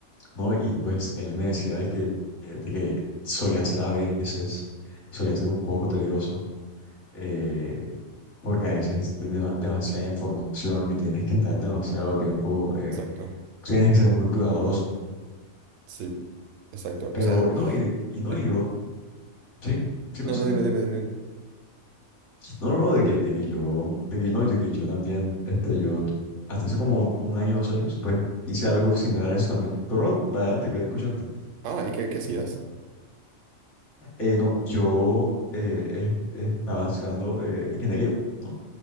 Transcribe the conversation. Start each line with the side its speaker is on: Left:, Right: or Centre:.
Left: no, y pues él me decía de que, eh, de que solía ser a veces, solía ser un poco tedioso, eh, porque a veces te dema- demasiada información y tienes que estar demasiado tiempo, eh,
Right: exacto,
Left: tienes que ser muy cuidadoso.
Right: sí, exacto,
Left: Pero
Right: o sea,
Left: no, y, de- y no,
Right: dime.
Left: y yo, sí, sí, no,
Right: No,
Left: sí,
Right: no,
Left: dime.
Right: dime, dime, dime. dime.
Left: No, no, no, de que, de que yo, de que no, yo que yo también, este, yo hasta hace como un año, dos años, pues hice algo similar a eso también. Pero no, adelante, quiero escucharte.
Right: Ah, ¿y qué, qué hacías?
Left: Eh, no, yo eh, eh, eh, estaba estudiando eh, ingeniería, ¿no?